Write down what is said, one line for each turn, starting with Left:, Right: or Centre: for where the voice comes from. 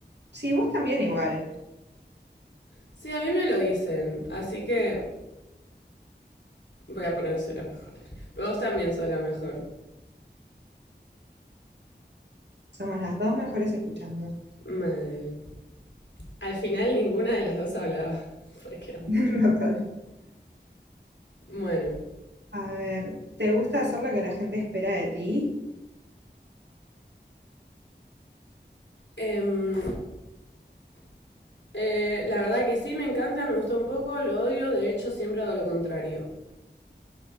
Right: sí, vos también igual.
Left: Sí, a mí me lo dicen, así que voy a poner soy la mejor. Pero vos también sos la mejor.
Right: Somos las dos mejores escuchando.
Left: Mal. Al final ninguna de las dos hablaba, <laughs> porque era muy...
Right: <laughs> Total.
Left: Bueno.
Right: A ver, ¿te gusta hacer lo que la gente espera de ti?
Left: Em, eh, la verdad que sí, me encanta, me gustó un poco, lo odio, de hecho siempre hago lo contrario.